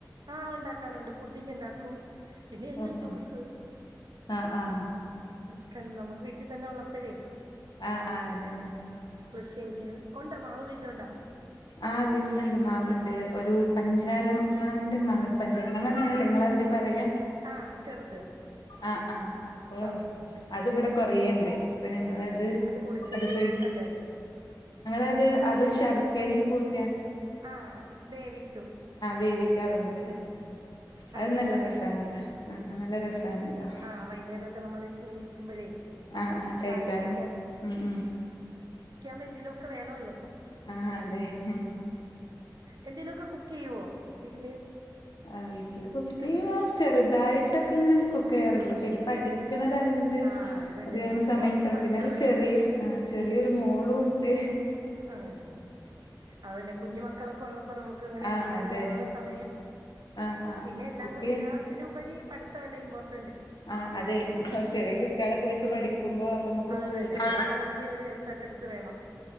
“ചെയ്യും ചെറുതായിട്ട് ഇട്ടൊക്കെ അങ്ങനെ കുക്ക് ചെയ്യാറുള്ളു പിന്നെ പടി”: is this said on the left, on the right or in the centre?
Left